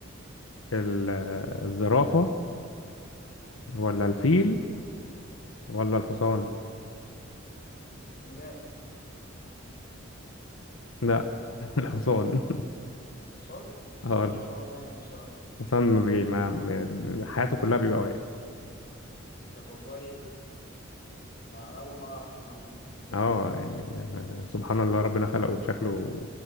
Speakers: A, on the left (about 85°); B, on the left (about 50°).
A: ال- الزرافة ولا الفيل ولا الحصان؟
B: سنجاب
A: لا <laughs> الحصان
B: حصان
A: اه
B: مشفتوش
A: الحصان
B: وهو نايم بصراحة
A: اصلا ما بي... ما ما- حياته كلها بيبقى واقف
B: طب والله ما أول مرة أعرف المعلومة دي
A: اه يعني آه، سبحان الله ربنا خلقه شكله